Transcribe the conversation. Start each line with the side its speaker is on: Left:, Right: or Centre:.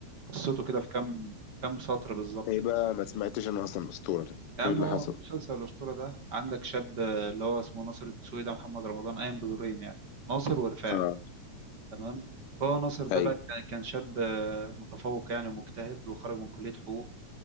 Right: قصته كده في كام كام سطر بالظبط
Left: ايه
Right: كده
Left: بقى ما سمعتش انا اصلا الاسطوره ده
Right: يا عم
Left: ايه اللي
Right: هو
Left: حصل
Right: مسلسل الأسطورة ده عندك شاب آه، اللي هو اسمه ناصر الدسوقي ده محمد رمضان قايم بدورين يعني ناصر ورفاعي
Left: اه
Right: تمام فهو ناصر ده
Left: ايوه
Right: بقى كان كان شاب آه، متفوق يعني ومجتهد وخرج من كلية حقوق